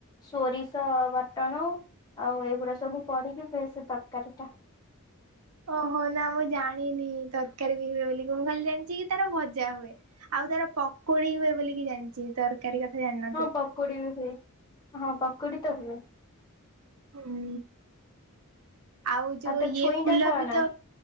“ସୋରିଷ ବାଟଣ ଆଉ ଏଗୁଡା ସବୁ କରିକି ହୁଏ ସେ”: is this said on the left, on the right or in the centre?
Left